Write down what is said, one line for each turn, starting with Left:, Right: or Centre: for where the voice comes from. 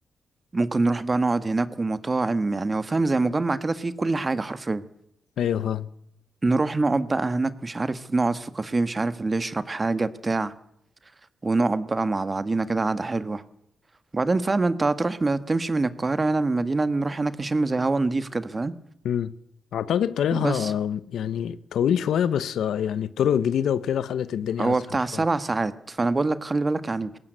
Right: ممكن نروح بقى نقعد هناك ومطاعم يعني هو فاهم زي مجمع كده فيه كل حاجة حرفيا
Left: ايوه
Right: نروح نقعد بقى هناك مش عارف نقعد في كافيه مش عارف اللي يشرب حاجة بتاع ونقعد بقى مع بعضينا كده قعدة حلوة وبعدين فاهم انت هتروح م- تمشي من القاهرة هنا من المدينة نروح هناك نشم زي هوا نضيف كده فاهم
Left: مم. أعتقد طريقها
Right: بس
Left: آه، يعني طويل شوية بس آه، يعني الطرق الجديدة وكده خلت الدنيا
Right: هو
Left: أسهل
Right: بتاع
Left: شوية
Right: سبع ساعات فأنا بقول لك خلي بالك يعني